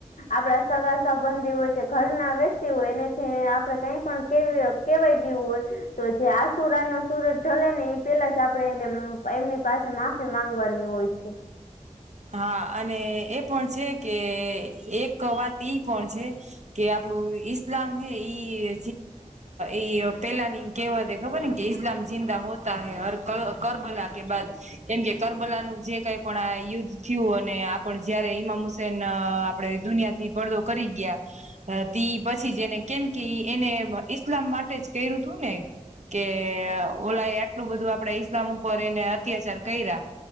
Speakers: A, on the left (about 90°); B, on the right (about 60°).
A: આપડા સગા સંબંધી હોય કે ઘરના વ્યક્તિ હોય એનેથી આપડે કઈ પણ કેવી. કેવાય ગયવું હોય તો જે આ સુરા નો સુરજ લે ને એ પેલા જ આપડે એને એમની પાસે માફી માંગવાની હોય છે.
B: હા અને એ પણ છે કે એક વાત ઈ પણ છે. કે આપડું ઈસ્લામ હે ઈ ઈ પેલાની. કેવાતે ખબર ને કે ઇસલામ જિંદા હોતા હૈ હર કરબલા કે બા. કેમ કે કરબલાનું જે કઈ પણ યુધ. થયું અને આપણ જયારે ઈમામ હુસેન આપડે દુનિયાથી ભલો કરી ગયા. તે પછી જેને કેમ કે એને ઈસ્લામ માટે જ. કું તું ને કે ઓલા એક. એટલું બધું આપણેે ઈસ્લામ ઉપર એને અત્યાચાર કર્યા